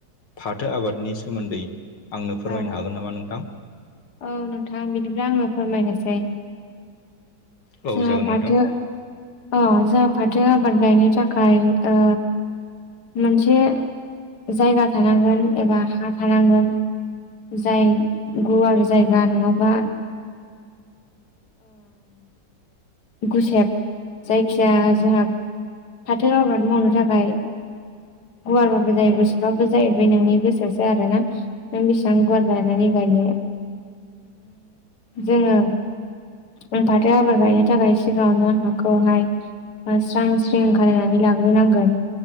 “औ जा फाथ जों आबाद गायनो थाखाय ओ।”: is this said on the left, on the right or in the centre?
Left